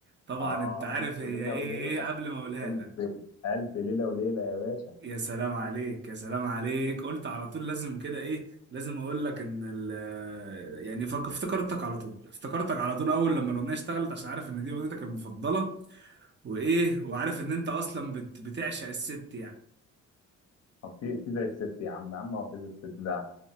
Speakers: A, on the right (about 35°); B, on the left (about 55°).
A: طبعا
B: اه
A: انت عارف
B: الف
A: هي
B: ليله
A: ايه
B: وليله
A: إيه قبل ما اقولها
B: الف
A: لك
B: الف ليله وليله يا باشا
A: يا سلام عليك يا سلام عليك قلت على طول لازم كده ايه لازم اقول لك ان ال آه، يعني فك- افتكرتك على طول افتكرتك على طول اول لما الاغنيه اشتغلت عشان عارف ان دي اغنيتك المفضله وايه وعارف ان انت اصلا بت بتعشق الست يعني
B: طب في في زي الست يا عم يا عم هو في زي الست ده